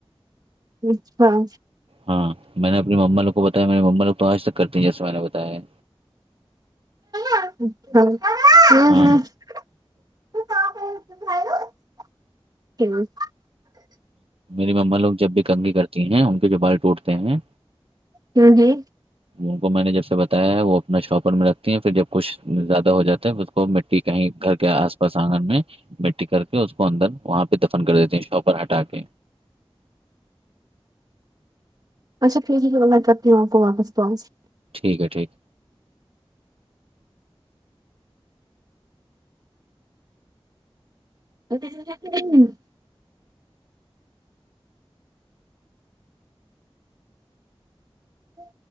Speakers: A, on the right; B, on the right.
A: اچ ہاں
B: ہاں میں نے اپنی مم لوگ کو بتایا میرے مما لو تو آج تک کرتی ہیں جیسے میں نے بتایا ہے
A: اچھا ہ
B: ہاں
A: ہوں کی
B: میری مما لوگ جب بھی کنگھی کرتی ہیں ان کے جو بال ٹوٹتے ہیں
A: جوں جی
B: ان کو میں نے جب سے بتایا ہے وہ اپنا شاپر میں رکھتی ہیں پھر جب کچھ زیادہ ہو جاتا ہے تو اس کو م ت کہیں گھر کے آس پاس آنگن میں مٹی کر کے اس کو اندر وہاں پہ دفن کر دیتے ہیں شاپ پر ہٹا کے
A: اچھا ٹیک ہے چ میں کرتی ہوں آپ کو واپس توؤس
B: ٹھیک ہے ٹھیک ہے
A: ا ہوں